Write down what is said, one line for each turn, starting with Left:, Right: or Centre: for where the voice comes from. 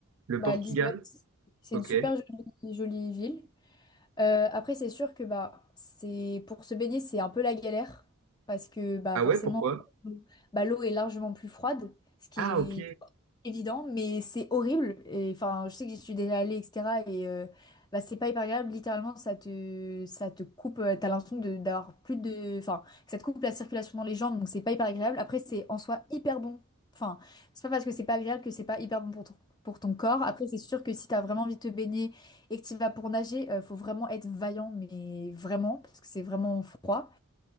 Right: Le
Left: Bah
Right: Portugal?
Left: Lisbonne, c'est
Right: Ok.
Left: une super jolie, jolie ville. Euh, après, c'est sûr que bah, c'est pour se baigner, c'est un peu la galère parce que bah,
Right: Ah
Left: forcément,
Right: ouais, pourquoi?
Left: bah, l'eau est largement plus froide, ce qui
Right: Ah
Left: est
Right: ok.
Left: évident, mais c'est horrible. Et enfin, je sais que j'y suis déjà allée, etc. Et euh, bah, c'est pas hyper agréable. Littéralement, ça te, ça te coupe. euh, T'as l'impression de- d'avoir plus de, enfin, que ça te coupe la circulation dans les jambes, donc c'est pas hyper agréable. Après, c'est en soi hyper bon. Enfin, c'est pas parce que c'est pas agréable que c'est pas hyper bon pour ton, pour ton corps. Après, c'est sûr que si t'as vraiment envie de te baigner et que tu vas pour nager, euh, faut vraiment être vaillant, mais vraiment, parce que c'est vraiment froid.